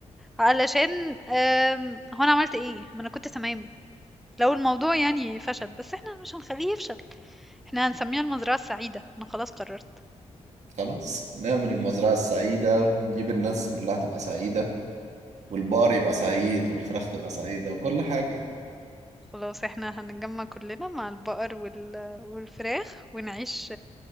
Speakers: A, in the centre; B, on the right.
A: علشان آم، هو انا عملت ايه ما انا كنت تمام لو الموضوع يعني فشل بس احنا مش هنخليه يفشل احنا هنسميها المزرعة السعيدة انا خلاص قررت
B: خلاص نعمل المزرعة السعيدة ونجيب الناس كلها تبقى سعيدة والبقر يبقى سعيد والفراخ تبقى سعيدة وكل حاجة
A: خلاص احنا هنتجمع كلنا مع البقر وال... والفراخ ونعيش